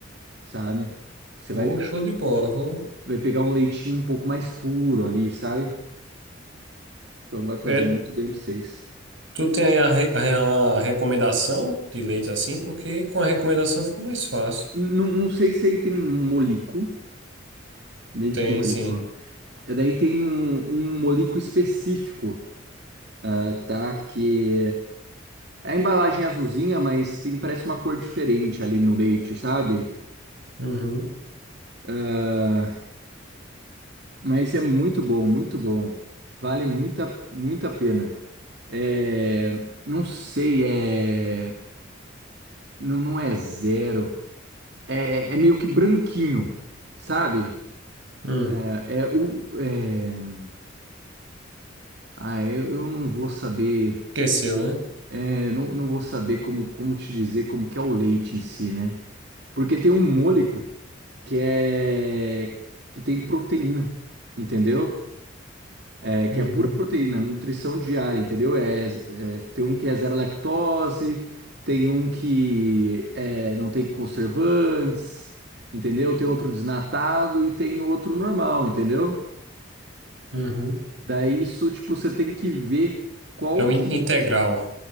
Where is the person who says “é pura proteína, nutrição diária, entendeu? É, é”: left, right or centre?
Right